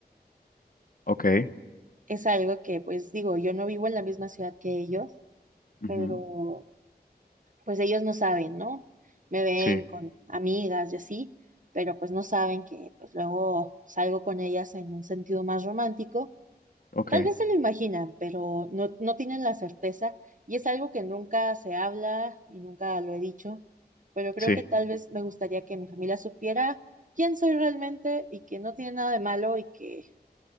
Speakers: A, on the left; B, on the right.
A: Ok.
B: Es algo que, pues digo, yo no vivo en la misma ciudad que ellos,
A: ujú,
B: pero pues ellos no saben, ¿no? Me ven
A: Sí.
B: con amigas y así, pero pues no saben que pues luego salgo con ellas en un sentido más romántico
A: Ok.
B: Tal vez se lo imaginan, pero no, no tienen la certeza y es algo que nunca se habla y nunca lo he dicho, pero creo
A: Sí.
B: que tal vez me gustaría que mi familia supiera quién soy realmente y que no tiene nada de malo y que